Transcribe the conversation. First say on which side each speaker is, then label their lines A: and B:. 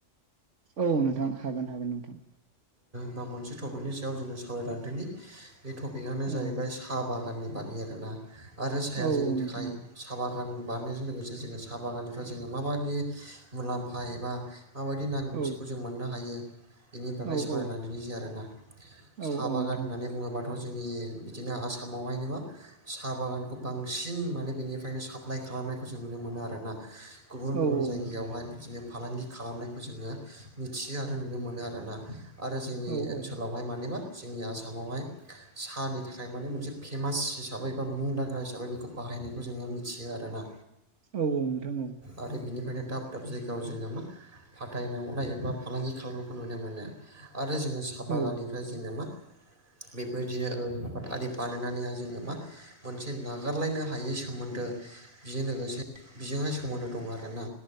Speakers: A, on the right; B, on the right.
A: औ नोंथां हागोन हागोन नोंथां।
B: बा मोनसे टपिकनि सायाव जोङो सावरायलांदोनि बे टपिकआनो जाहैबाय
A: औ
B: साहा बागाननि बागै आरोना आरो साया
A: औ
B: जोंनि
A: औ
B: थाखाय
A: नोंथां औ
B: साहा बागान बानायनायजों लोगोसे जोङो साहा बागाननिफ्राय जोङो माबायदि मुलाम्फा एबा माबायदि नांगौथिखौ
A: औ
B: जों मोननो हायो बेनि बागै
A: औ
B: सावरायलांदिनोसै
A: औ
B: आरोना साहा
A: औ औ
B: बागान
A: नोंथां
B: होननानै बुङोबाथ' जोंनि बिदिनो आसामावहायनो मा साहा बागानखौ बांसिन माने बेनिफ्रायनो साप्लाय खालामनायखौ जों नुनो मोनो आरोना। गुबुन गुबुन
A: औ नोंथां औ
B: जायगायावहाय
A: नोंथां
B: बिदिनो फालांगि खालामनायखौ जोङो मिथियो आरो नुनो मोनो आर ना। आरो जोंनि
A: औ
B: ओनसोलाव
A: औ
B: बेहाय मे मा जोंनि आसामावहाय साहानि थाखाय माने मोनसे फेमास हिसाबै बा मुंदांखा हिसाबै बेखौ बाहायनायखौ जोङो मिथियो आरोना।
A: औ औ नोंथां औ
B: आरो बिनिफ्रायनो दाब दाब जायगायाव जोङो मा फाथायनो हरनाय एबा फालांगि खालामनायखौ नुनो मोनो। आरो जोङो साहा बागाननिफ्राय
A: औ
B: जोङो मा बेफोरदिनो <unintelligible> बानायनानैहाय जोङो मा मोनसे नागारलायनो हायै सोमोन्दो बेजों लोगोसे बिजोंहाय सोमोन्दो दं आरोना